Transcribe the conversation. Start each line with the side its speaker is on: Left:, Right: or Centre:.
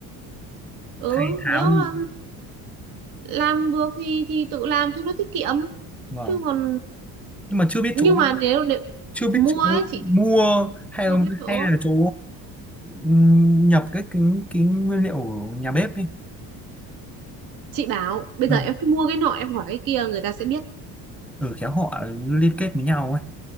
Right: ừ
Centre: thay tháo
Right: nếu
Centre: đi
Right: mà làm được thì thì tự làm cho nó tiết kiệm
Centre: vâng
Right: chứ còn
Centre: nhưng mà chưa biết
Right: nhưng
Centre: chỗ
Right: mà nếu, nếu
Centre: chưa biết
Right: mua
Centre: chỗ
Right: ấy chị
Centre: mua hay
Right: chưa
Centre: là
Right: biết chỗ
Centre: hay là chỗ ừm, nhập cái cái, cái nguyên liệu ở nhà bếp đi
Right: chị bảo bây
Centre: ừ,
Right: giờ em cứ mua cái nọ em hỏi cái kia người ta sẽ biết
Centre: ừ khéo họ liên kết với nhau ấy